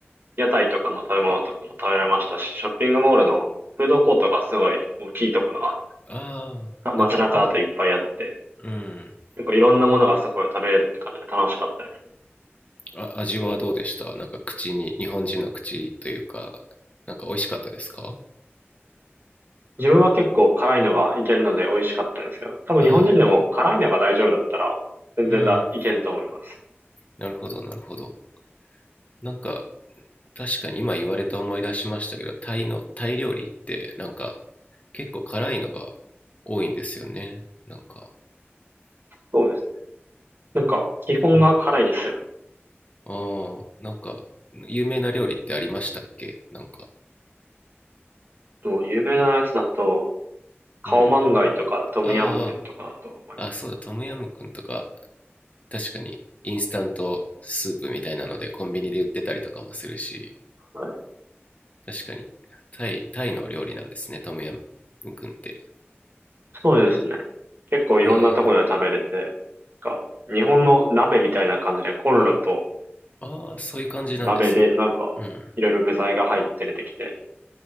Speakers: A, on the right; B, on the left.
A: 屋台とかの食べ物とかも食べられましたし、ショッピングモールのフードコートがすごい大きいところ
B: ああ、
A: が、街中だといっぱいあって、
B: なんか、うん。
A: 結構いろんなものがそこで食べれるって感じで楽しかったです。
B: あ、味はどうでしたなんか口に、日本人の口というか、なんか美味しかったですか
A: 自分は結構辛いのがいけるので美味しかったんですけど、多分日本人でも辛いのが大丈夫だったら全然だ、
B: ああ、うん。
A: いけると思います。
B: なるほど、なるほど。なんか、確かに今言われて思い出しましたけど、タイの、タイ料理ってなんか結構辛いのが多いんですよね。なんか、
A: そうですね。なんか基本が辛いですよね。
B: うん。ああ、なんか、有名な料理ってありましたっけなんか。
A: もう有名なやつだと、カオマンガイとかトムヤムクンとかだと思います。
B: うん。ああ、あ、そうだ、トムヤムクンとか、確かに、インスタントスープみたいなので、コンビニで売ってたりとかもするし、
A: はい。
B: 確かに、タイ、タイの料理なんですね、トムヤムクンって。
A: そうですね。結構いろんなところで食べれて、
B: へえ。
A: なんか日本の鍋みたいな感じでコンロと
B: ああ、そういう感じなんですね。
A: 鍋でなんかいろいろ具材が入って出てきて
B: うん。